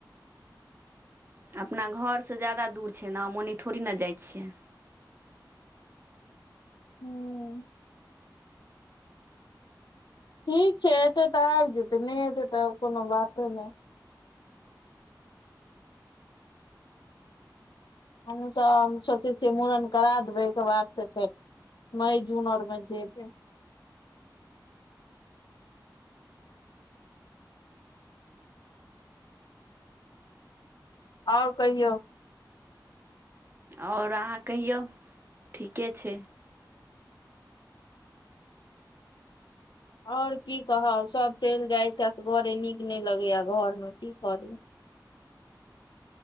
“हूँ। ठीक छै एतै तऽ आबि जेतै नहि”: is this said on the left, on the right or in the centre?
Left